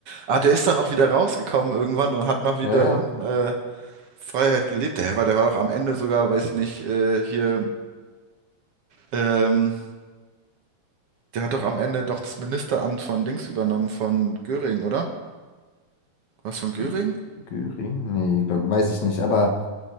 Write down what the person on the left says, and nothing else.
Ja, ja.
Gü- Göring? Nee, glaub, weiß ich nicht. Aber